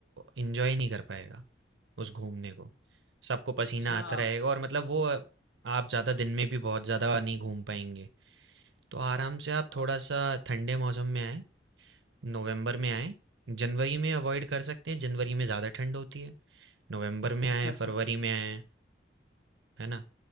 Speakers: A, on the right; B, on the left.
A: एंजॉय नहीं कर पाएगा उस घूमने को सबको पसीना
B: अच्छा
A: आता रहेगा
B: अब
A: और मतलब वो आप ज़्यादा दिन में भी बहुत ज़्यादा नहीं घूम पाएंगे तो आराम से आप
B: अब-
A: थोड़ा सा ठंडे मौसम में आए नवंबर में आए जनवरी में अवॉइड कर सकते हैं जनवरी में ज़्यादा ठंड होती है नवंबर में आए
B: अच्छा अच्छा
A: फरवरी
B: अच्छा
A: में आए है ना